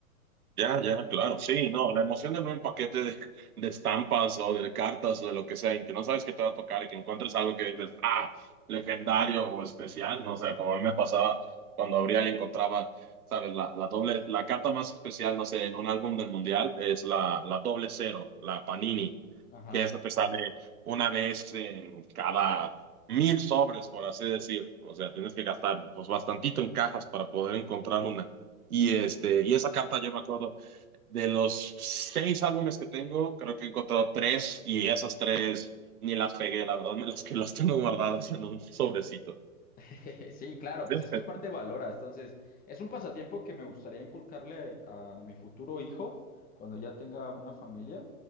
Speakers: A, on the right; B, on the left.
A: Ya, ya,
B: Y,
A: claro, sí, no, la emoción de ver un paquete de, de estampas o de cartas o de lo que sea, y que no sabes qué te va a tocar y que encuentres algo que dices, ah, legendario o especial, no sé, como a mí me pasaba cuando abría y encontraba, sabes, la, la doble, la carta más especial, no sé, en un álbum del mundial es la, la doble cero, la Panini,
B: ajá.
A: que esa te sale una vez en cada mil sobres, por así decir, o sea, tienes que gastar pues bastantito en cajas para poder encontrar una. Y, este, y esa carta yo me acuerdo, de los seis álbumes que tengo, creo que he encontrado tres y esas tres ni las pegué, la verdad, me las que las tengo guardadas en un sobrecito.
B: <laughs> Sí, claro, pues
A: <laughs>
B: es que aparte valora, entonces es un pasatiempo que me gustaría inculcarle a mi futuro hijo cuando ya tenga una familia